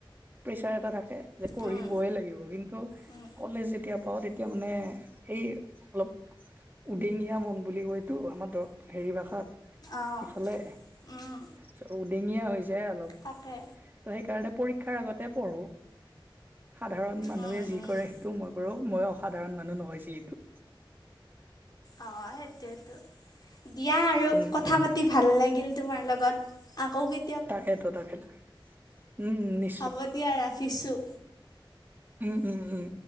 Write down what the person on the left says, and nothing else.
উম
উম
অঁ
উম
তাকে
উম
উম
অ সেইটোয়েটো দিয়া আৰু
কথা
পাতি, ভাল লাগিল তোমাৰ লগত আকৌ কি
হ'ব দিয়া ৰাখিছোঁ।